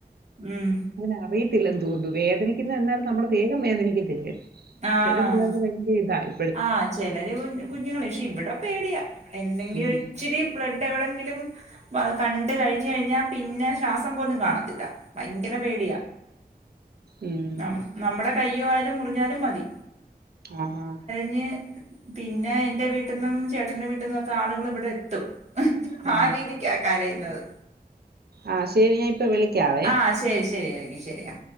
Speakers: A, on the right (about 45°); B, on the right (about 75°).
A: ഉം
B: അങ്ങന അറി തില്ലന്ന് തോന്നുന്നു വേദനിക്കന്ന എന്നാലും നമ്മുടെ വേഗം വേദനിക്കത്തിലെ
A: ആഹ്
B: ചില പിള്ളേർക്ക് ഭയങ്കര ഇതാണ്
A: ആഹ് ചിലര് കു കുഞ് ക്ഷെ ഇവിടെ പേടിയാ എന്തെങ്കിലും
B: ഉം.
A: ഇച്ചിരി ബ്ലഡ് എവിടെങ്കിലും അപ്പ അത് കണ്ട് കഴിഞ്ഞുകഴിഞ്ഞ പിന്ന ശ്വാസം പോലും കാണത്തില്ല. ഭയങ്കര പേടിയാ
B: ഉം.
A: നം നമ്മുടെ കയ്യു ആയാലും ഞ്ഞാലു മതി
B: ആഹ
A: ന്നെ പിന്നെ എന്റെ വീട്ടിന്നും ചേട്ടന്റെ വീട്ടിന്നും ഒക്കെ ആളുകൾ ഇവിടെ എത്തും
B: ഓ.
A: ആ രീതിക്കാ ക--രയുന്നത്
B: ആ ശരി ഞാൻ ഇപ്പൊ വിളിക്കാവേ
A: ആ ശരി ശരി അല്ലെങ്കി ശരിയാ